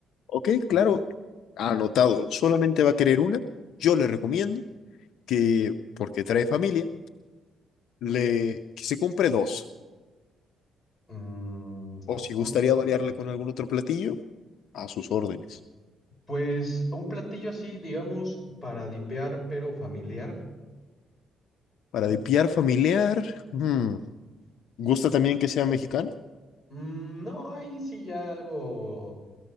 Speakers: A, on the left (about 75°); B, on the left (about 20°).
A: Ok, claro, anotado. Solamente va a querer una. Yo le recomiendo que, porque trae familia, le, que se compre dos.
B: Mm,
A: O
B: no
A: si gustaría
B: sé.
A: variarle con algún otro platillo, a sus órdenes.
B: Pues un platillo así, digamos, para dipear, pero familiar.
A: Para dipiar familiar, mm, ¿gusta también que sea mexicano?
B: Mm, no, ahí sí ya algo,